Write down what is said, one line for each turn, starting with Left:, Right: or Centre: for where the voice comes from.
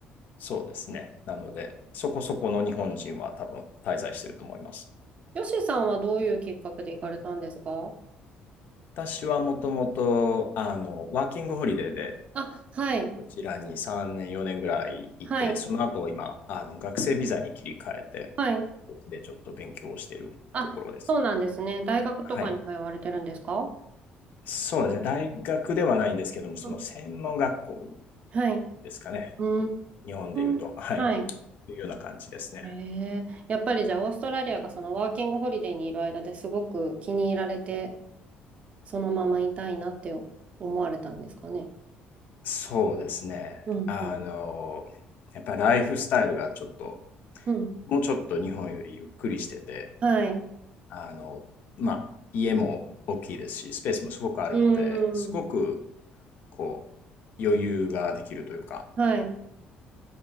Left: そうですね。なので、そこそこの日本人は多分滞在してると思います。
Right: よしさんはどういうきっかけで行かれたんですか
Left: 私はもともと、あの、ワーキングホリデーで、
Right: あ、はい。
Left: こちらに3年、4年ぐらいいて、
Right: はい。
Left: その後今、あの、学生ビザに切り替えて、
Right: はい。
Left: こっちでちょっと勉強をしているところです。
Right: あ、そうなんですね。大学とかに通われてるんですか
Left: はい。そうですね。大学ではないんですけども、その専門学校
Right: うん。はい。
Left: ですかね。
Right: う
Left: こ日本で言うと、
Right: ーん。
Left: はい。
Right: はい。
Left: というような感じですね。
Right: へえ、やっぱりじゃあオーストラリアがそのワーキングホリデーにいる間ですごく気に入られて、そのままいたいなって思われたんですかね。
Left: そうですね。
Right: うん、
Left: あの、
Right: うん、
Left: やっぱりライフスタイルがちょっと、
Right: うん。
Left: もうちょっと日本よりゆっくりしてて、
Right: はい。
Left: あの、まあ、家も大きいですし、スペースもすごくあるので、
Right: う
Left: すごく、
Right: ん。
Left: こう、余裕ができるというか、
Right: はい。